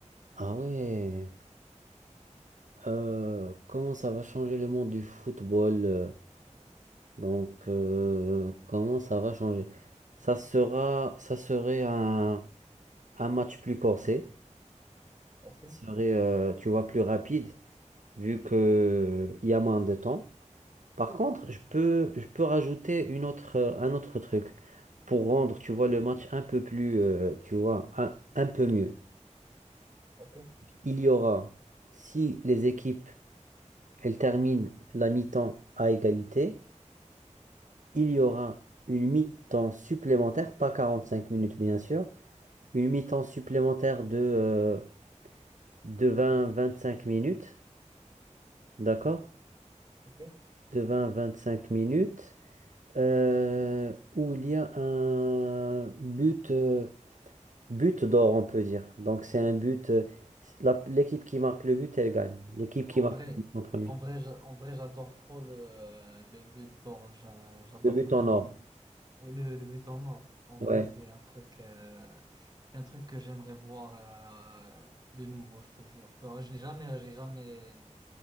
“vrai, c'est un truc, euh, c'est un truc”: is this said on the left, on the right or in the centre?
Right